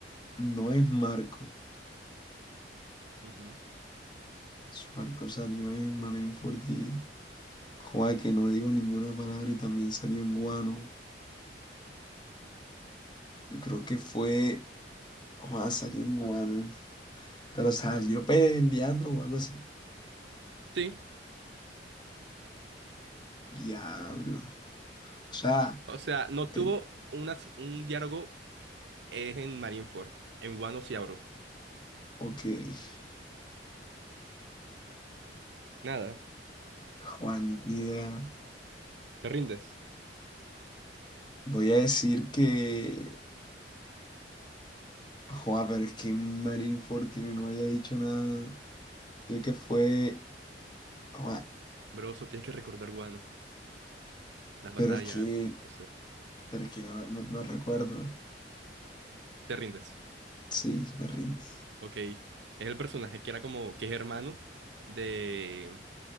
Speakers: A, on the left; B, on the right.
A: No es Marco.
B: Ujú.
A: Es Marco salió en Marineford y... Joa, que no digo ninguna palabra y también salió en Guano. Yo creo que fue... Joa, salió en Guano. Pero salió peleando o algo así.
B: Sí.
A: Diablo. O sea,
B: O sea, no
A: te-
B: tuvo una, un diálogo eh, en Marineford. En Wano sí habló.
A: ok.
B: Nada.
A: Juan, ni, ni idea.
B: ¿Te rindes?
A: Voy a decir que... Joa, pero es que Marineford que no haya dicho nada. Yo que fue... Joa,
B: Bro, eso tienes que recordar Wano. Las batallas,
A: pero es que...
B: no sé.
A: Pero es que no, no no recuerdo.
B: ¿Te rindes?
A: Sí, me rindo.
B: Ok. Es el personaje que era como, que es hermano de...